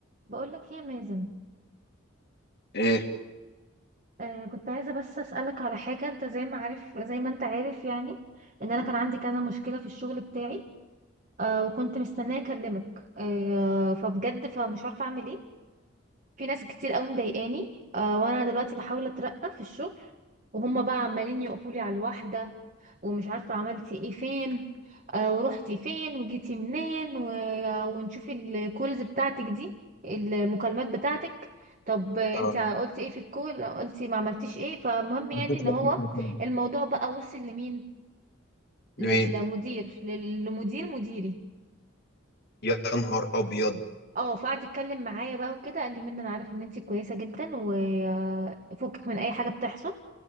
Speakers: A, on the right; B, on the left.
A: بقولك ايه يا مازن
B: ايه
A: آه كنت عايزة بس أسألك على حاجة انت زي ما عارف زي ما انت عارف يعني ان انا كان عندي كذا مشكلة في الشغل بتاعي آه وكنت مستنية اكلمك آه فبجد فمش عارفة اعمل ايه في ناس كتير قوي مضايقاني آه وانا دلوقتي بحاول اترقى في الشغل وهم بقى عمالين يقفولي على الواحده ومش عارفه عملتي ايه فين آه ورحتي فين وجيتي منين و... ونشوف الكولز بتاعتك دي المكالمات بتاعتك طب انت
B: اه
A: قلتي ايه في الكول قلتي ما عملتيش ايه فمهم يعني
B: بديت
A: ان
B: لفيت
A: هو
B: مكان
A: الموضوع بقى وصل لمين للمدير
B: لمين
A: للمدير مديري
B: يا نهار ابيض
A: اه فقعد يتكلم معايا بقى وكده قال لي منى انا عارف ان انتي كويسه جدا وفكك من اي حاجه بتحصل